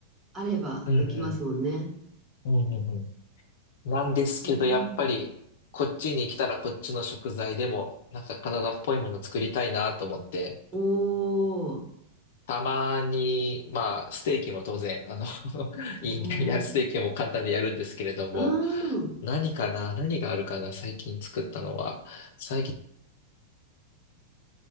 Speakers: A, on the right (about 25°); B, on the left (about 65°).
A: あればできますもんね。
B: うんうん。うんうんうんなんですけど、
A: なるほど
B: やっぱり、こっちに来たらこっちの食材でも、なんかカナダっぽいもの作りたいなと思って、
A: おー、
B: たまに、まあ、ステーキも当然、あの <laughs>
A: お
B: いいんだ、いや、
A: ー、
B: ステーキも簡単でやるんですけれども、
A: うーん、
B: 何かな、何があるかな、最近作ったのは、最近